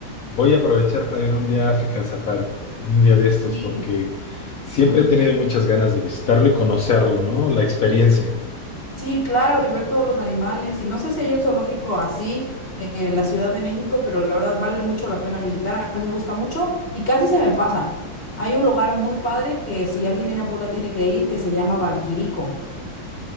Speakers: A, on the left; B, on the left.
A: Voy a aprovechar para ir un día a África Safari, un día de estos,
B: Sí.
A: porque siempre
B: ajá.
A: he tenido muchas ganas de visitarlo y conocerlo, ¿no? La experiencia.
B: Sí, claro, y ver todos los animales. Y no sé si hay un zoológico así eh, en la Ciudad de México, pero la verdad vale mucho la pena visitar. A mí me gusta mucho y casi se me pasa. Hay un lugar muy padre que si alguien viene a Puebla tiene que ir, que se llama Valquirico.